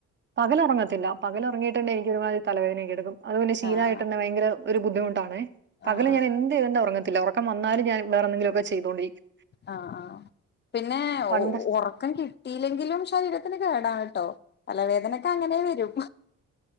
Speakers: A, on the right; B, on the left.
A: പകലൊറങ്ങത്തില്ല പകലൊറങ്ങിയിട്ടുണ്ടേ എനിക്ക് ഒരുമാതിരി തലവേദന യൊക്കെ എടുക്കും അത് പിന്നെ ശീലമായിട്ട്ന്നെ
B: ആഹ്
A: ഭയങ്കര ഒരു ബുദ്ധി മുട്ടാണേ പകല്
B: ആഹ് ആഹ്
A: ഞാൻ ചെയതറങ്ങത്തില്ല ഉറക്കം വന്നാലും ഞാ വേറെന്തെങ്കിലുംക്കെ ചെയ്ത്കൊണ്ടരിക്കും
B: ആഹ ആ പിന്നെ
A: പണ്ട്
B: ഉ ഊ റക്കം കിട്ടിയില്ലെങ്കിലും ശരീരത്തിന് കേടാണ് ട്ടോ തലവേദന അങ്ങനെ വരും